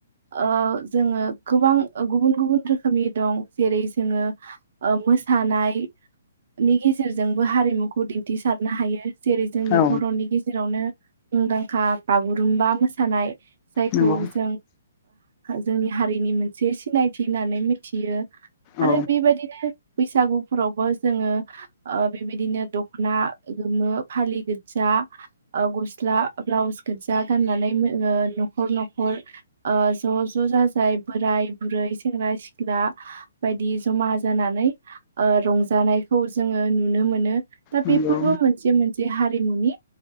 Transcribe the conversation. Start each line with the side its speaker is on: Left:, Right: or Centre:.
Right: ओ जोङो गोबां गुबुन गुबुन रोखोमनि दं जेरै जोङो मोसानायनि गेजेरजोंबो हारिमुखौ दिन्थिसारनो हायो जेरै जोंनि
Left: औ
Right: बर'नि गेजेरावनो मुंदांखा बागुरुमबा मोसानाय जायखौ
Left: नंगौ
Right: जों जोंनि हारिनि मोनसे सिनायथि होननानै मिथियो
Left: औ
Right: आरो बेबायदिनो बैसागुफोरावबो जोङो ओ बेबायदिनो दखना गोमो फालि गोदजा ओ गस्ला ब्लाउस गोदजा गाननानै न'खर न'खर ओ ज' ज' जाजाय बोराय बुरै सेंग्रा सिख्ला बायदि जमा जानानै ओ रंजानायखौ जोङो नुनो मोनो दा
Left: नंगौ
Right: बेफोरबो मोनसे मोनसे हारिमुनि